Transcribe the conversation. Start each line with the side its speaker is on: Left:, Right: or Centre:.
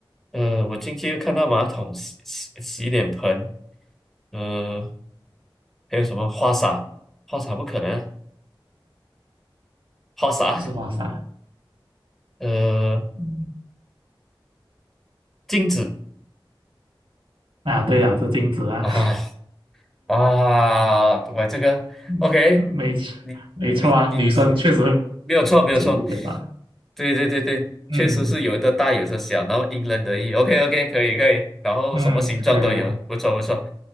Centre: 呃，我进去又看到马桶、洗洗洗脸盆，呃，还有什么花洒，花洒不可能啊花洒，
Right: 不是花洒。
Centre: 呃，
Right: 嗯
Centre: 镜子
Right: 啊，对啊，是镜子啊。
Centre: 啊，啊，我这个
Right: 嗯，
Centre: OK，
Right: 没错，
Centre: 你你你
Right: 没错啊，女生确实会
Centre: 没有错，没有错，
Right: 久一点吧。
Centre: 对对对对，确实是有的大有的小，
Right: 嗯
Centre: 然后因人而异。OK OK，可以可以，然后什么形状都有，
Right: 嗯，可以啊。
Centre: 不错不错。